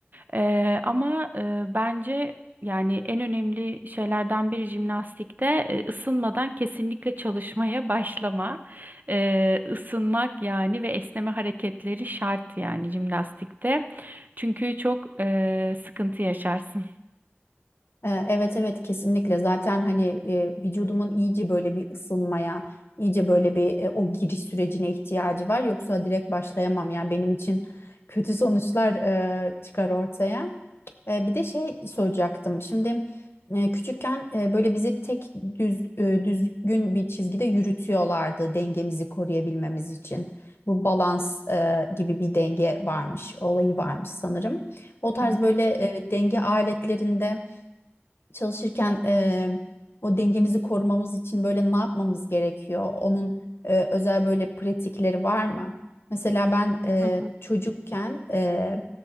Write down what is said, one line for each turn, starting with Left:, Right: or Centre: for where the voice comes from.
Right: Eee, ama eee, bence yani en önemli şeylerden biri jimnastikte eee, ısınmadan kesinlikle çalışmaya başlama. Eee ısınmak yani ve esneme hareketleri şart yani jimnastikte. Çünkü çok eee, sıkıntı yaşarsın.
Left: Ee, Evet evet kesinlikle zaten hani e, vücudumun iyice böyle bir ısınmaya iyice böyle bir e, o giriş sürecine ihtiyacı var yoksa direkt başlayamam yani benim için kötü sonuçlar e, çıkar ortaya. E, bir de şey soracaktım şimdi e, küçükken e, böyle bizi tek düz e, düzgün bir çizgide yürütüyorlardı dengemizi koruyabilmemiz için. Bu balans e, gibi bir denge varmış olayı varmış sanırım. O tarz
Right: Evet.
Left: böyle e, denge aletlerinde çalışırken eee, o dengemizi korumamız için böyle ne yapmamız gerekiyor? Onun eee, özel böyle pratikleri var mı? Mesela ben eee,
Right: Hı hı.
Left: çocukken eee,